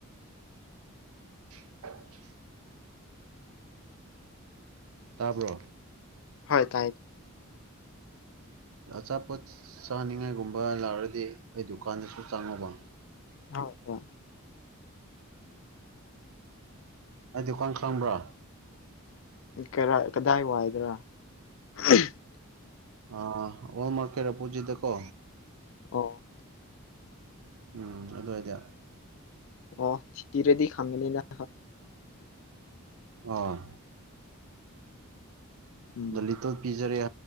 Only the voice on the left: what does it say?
ꯍꯣꯏ ꯇꯥꯏ
<unintelligible>
ꯀꯔꯥꯏ ꯀꯗꯥꯏ ꯋꯥꯏꯗ꯭ꯔꯥ <unintelligible>
ꯑꯣ
ꯑꯣ <unintelligible>
ꯎꯝ